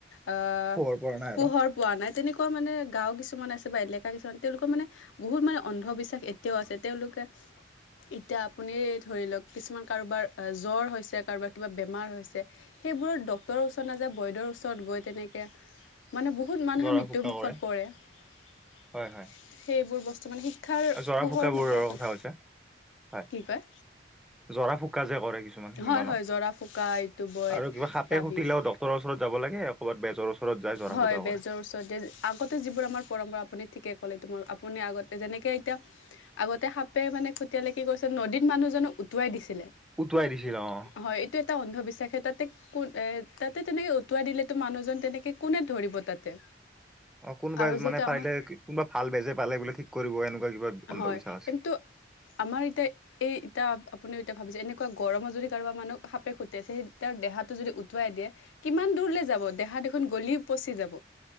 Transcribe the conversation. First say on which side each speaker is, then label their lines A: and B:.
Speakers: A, on the left; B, in the centre.
A: আ,
B: পোহৰ পৰা নাই আৰু
A: পোহৰ পোৱা নাই, তেনেকুৱা মানে গাওঁ কিছুমান আছে, বা এলেকা কিছুমান, তেওঁলোকৰ মানে বহুত মানে। অন্ধবিশ্বাস এতিয়াও আছে, তেওঁলোকে। এতিয়া আপুনি ধৰি লওক, কিছুমান কাৰোবাৰ জ্বৰ হৈছে, কাৰোবাৰ কিবা বেমাৰ হৈছে। সেইবোৰত ডক্টৰৰ ওচৰত নাযায়, বয়দৰ ওচৰত গৈ তেনেকে, মানে বহু। বহুত মানুহে
B: জৰা
A: মৃত্যুমুখত
B: ফুকা কৰে
A: পৰে। সেইবোৰ
B: হয় হয়।
A: বস্তু মানে শ শিক্ষাৰ
B: জৰা
A: পোহৰ
B: ফুকাবোৰৰ
A: নপৰে, ফালে।
B: কথা কৈছে হয়
A: কি কয়?
B: জৰা ফুকা যে কৰে কিছুমান সেনেকুৱা
A: হয়,
B: ন?
A: হয়, জৰা ফুকা, এইটো বিয়-তাৰপিছত
B: আৰু কিবা সাপে খুটিলেও ডক্তৰৰ ওচৰত যাব লাগে ক'ৰবাত বেজৰ ওচৰত যায় জৰা
A: হয়,
B: ফুকা কৰে
A: বেজৰ ওচৰতে আগতে যিবোৰ আমাৰ পৰম্পৰা, আপুনি ঠিকে ক'লে, তোমাৰ আপুনি আগতে যেনেকে তাকে এতিয়া, আগতে সাপে, মানে খতিয়ালে কি কৰিছিলে, নদীত মানুহজনক উটুৱাই দিছিলে।
B: উটুৱাই দিছিল অ
A: হয়, এইটো এটা অন্ধবিশ্বাসে তাতে। কোন এ, তাতে তেনেকে উটুৱাই দিলেতো, মানুহজন তেনেকে কোনে ধৰিব তাতে।
B: অ, কোনোবাই
A: আৰু যিহেতু
B: মানে পাৰিলে,
A: আমাৰ
B: কোনোবা ভাল বেজে পালে বোলে ঠিক কৰিব, এনেকুৱা কিবা অন্ধবিশ্বাস
A: হয়
B: আছে।
A: কিন্তু আমাৰ, এতিয়া। এই এতিয়া আপুনি এতিয়া ভাবিছে, এনেকুৱা গৰমত যদি কাৰোব মানুহ সাপে খুটিয়াইছে, সেই তেওঁৰ দেহাটো যদি উটুৱাই দিয়ে, কিমান দূৰলৈ যাব দেহা দেখোন গলি-পচি যাব।